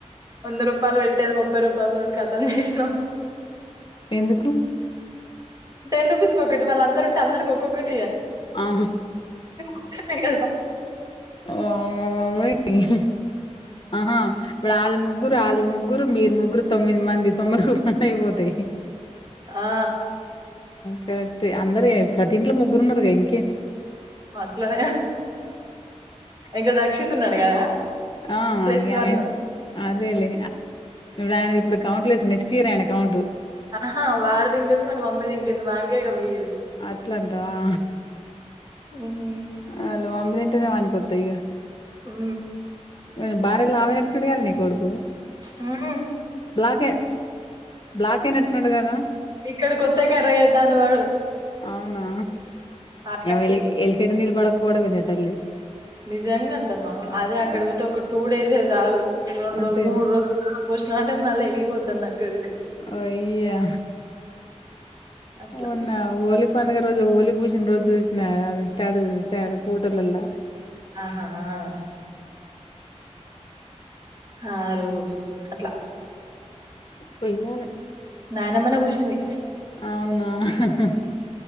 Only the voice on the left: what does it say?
ఎందుకు
ఆ
ఓ అమ్మ బాబోయ్ ఇంహూ ఆహా ఇప్పుడు ఆళ్ ముగ్గురు ఆళ్ళు ముగ్గురు మీరు ముగ్గురు తొమ్మిది మంది తొంభై రూపాయలయిపోతాయ్
కరెక్టే అందరు ఎ ప్రతి ఇంట్లో ముగ్గురు ఉన్నారుగా ఇం
ఆ
ఇగ
ఆయన అదేలే ఆయన ఇప్పుడు కౌంట్ లేసి నెక్స్ట్ ఇయర్ ఆయన కౌంట్
అట్లంటావా
వాళ్ల మమ్మితింటేనే వానికొత్ త్తెయ్య
కొంచెం బానే లావైనట్టుండు గద నీ కొడుకు
బ్లాక్ ఎ బ్లాక్ అయినట్ న్నడు కదా
అవునా
ఎలి ఎలికేడ నీల బడకపోవడం ఎందే త తల్లి
ఆ
అంతేనా
ఒయ్యా
ఉన్న హోలీ పండుగ రోజు హోలీ పూసిన్రోజు చూసిన స్టాటస్ స్టా ఫోటోలల్ల
వెయ్యాలె
అవునా అహా